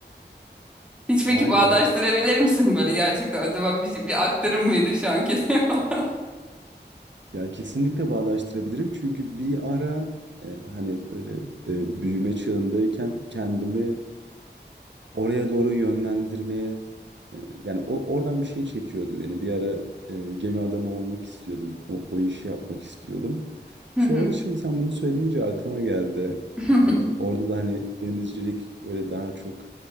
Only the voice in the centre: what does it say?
Hiç peki
bağdaştırabilir
misin böyle gerçekten acaba bir, bir aktarım mıydı şu anki diyorlar.
<laughs>
Hı hı.
<laughs>